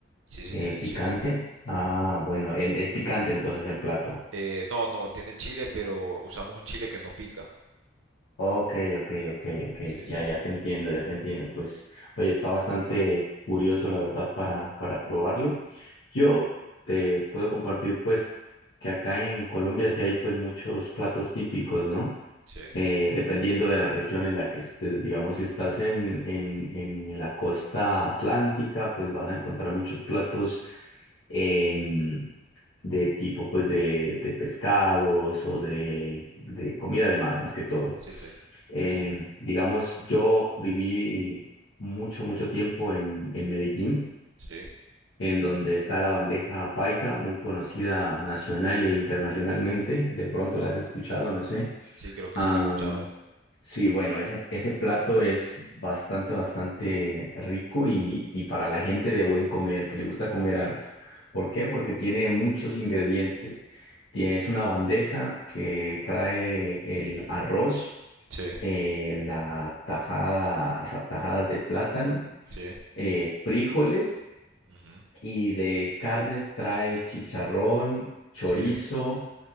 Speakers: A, on the right; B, on the left.
A: Sí, sí,
B: eh,
A: tiene
B: picante.
A: chile.
B: Ah, bueno, en- es picante entonces el plato.
A: Eh, no, no, tiene chile, pero usamos un chile que no pica.
B: Ok, ok, ok, ok.
A: Sí,
B: Ya,
A: sí.
B: ya te entiendo, ya te entiendo. Pues, oye, está bastante curioso, la verdad, para, para probarlo. Yo te puedo compartir, pues, que acá en Colombia sí hay, pues, muchos platos típicos, ¿no?
A: Sí,
B: Eh, dependiendo de la región en la que estés, digamos, si estás en, en, en la costa atlántica, pues vas a encontrar muchos platos em, de tipo, pues, de, de pescados o de, de comida de mar, más que todo.
A: sí, sí.
B: Eh, digamos, yo viví mucho, mucho tiempo en, en Medellín,
A: Sí,
B: en donde está la bandeja paisa, muy conocida nacional e internacionalmente. De pronto la has escuchado, no sé.
A: sí, creo que
B: Am,
A: sí lo he escuchado.
B: sí, bueno, ese, ese plato es bastante, bastante rico y, y para la gente de buen comer, que le gusta comer harto. ¿Por qué? Porque tiene muchos ingredientes. Tiene- Es una bandeja que trae el arroz
A: Sí,
B: eh, la tajada, sa- tajadas de plátano,
A: sí.
B: eh, frijoles
A: ujú,
B: y de carnes trae chicharrón, chorizo,
A: Sí,